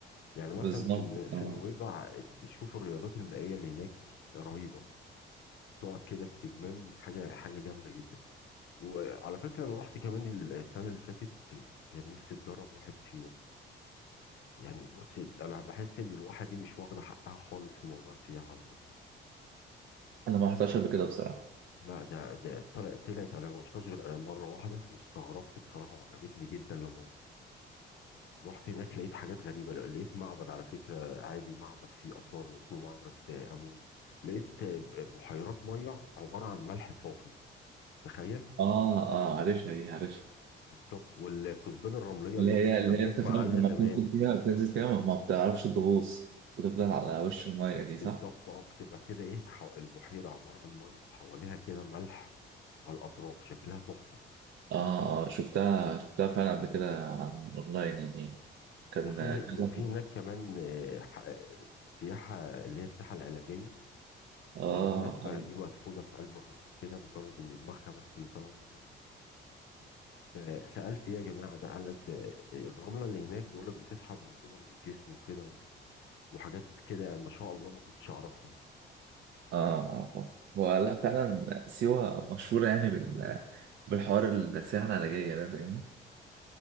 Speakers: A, on the left; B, on the right.
A: يعني مثلا
B: بالظبط
A: في
B: اه
A: في نويبع تشوف الرياضات المائية اللي هناك رهيبة تقعد كده استجمام حاجة حاجة جامدة جدا وعلى فكرة أنا رحت كمان السنة اللي فاتت كان نفسي أجرب واحد سيوة يعني بص أنا بحس إن الواحة دي مش واخدة حقها خالص في موضوع السياحة على فكرة
B: انا ما رحتهاش قبل كده بصراحة
A: لا ده ده طلع- طلعت أنا ما رحتهاش غير مرة واحدة واستغربت بصراحة وعجبتني جدا لما رحت رحت هناك لقيت حاجات غريبة لقيت معبد على فكرة عادي معبد فيه آثار اسمه معبد آه، آمون لقيت آه، بحيرات مية عبارة عن ملح صافي تخيل
B: اه اه عارفها دي عارفها
A: بالظبط والكثبان الرملية
B: اللي
A: اللي
B: هي
A: احنا كنا
B: اللي
A: بنسمع
B: هي انت فاهم
A: عنها
B: لما
A: زمان
B: بتنزل فيها بتنزل فيها ما ما بتعرفش تغوص بتفضل على وش المية دي
A: بالظبط
B: صح؟
A: اه بتبقى كده ايه حو- البحيرة عبارة عن مية وحواليها كده ملح على الأطراف شكلها تحفة
B: اه اه شفتها شفتها فعلا قبل كده عن اونلاين يعني كان
A: وفي
B: كذا
A: وفي هناك كمان آه، ح- آه، سياحة اللي هي السياحة العلاجية
B: اه
A: لقيت ناس بقى
B: ايوه
A: ايه مدفونة في قلب الرملة كده مجرد ان دماغها بس اللي طالعة من الرملة فسألت ايه يا جماعة ده قال لك ده الرملة اللي هناك بيقول لك بتسحب الرطوبة من الجسم وكده و- وحاجات كده ما شاء الله ما كنتش أعرفها
B: اه آه. آه. هو لا فعلا سيوة مشهورة يعني بال بالحوار السياحة العلاجية ده فاهمني؟